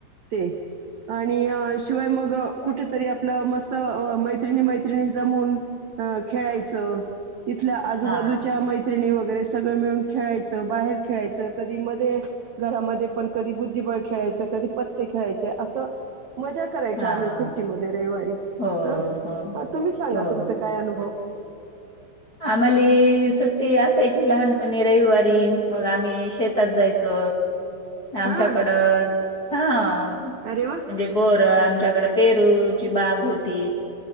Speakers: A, on the right; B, on the left.
A: ते आणि शिवाय मग कुठ तरी आपलं मस्त मैत्रिणी, मैत्रिणी जमून अ खेळायचं तिथल्या आजूबाजूच्या
B: हा
A: मै मैत्रिणी वगैरे सगळं मिळून खेळायचं बाहेर खेळायचं कधी मध्ये घरामध्ये पण कधी बुद्धिबळ खेळायचं कधी पत्ते खेळायचे असं मजा करायच्या
B: हा
A: आम्ही सुट्टीमध्ये रविवारी
B: हो,
A: हा
B: हो,
A: तुम्ही सांगा
B: हो.
A: तुमचा काय अनुभव
B: आम्हाली सुट्टी असायची लहानपणी रविवारी मग आम्ही शेतात जायचो आमच्याकडं
A: हां,
B: हा
A: अरे वाह!
B: म्हणजे बोर आमच्याकड
A: हां,
B: पेरूची बाग होती